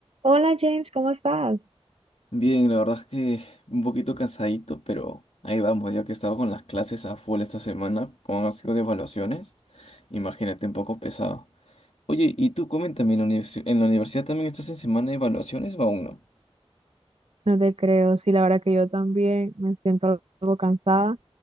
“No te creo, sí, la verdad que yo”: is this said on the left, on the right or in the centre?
Right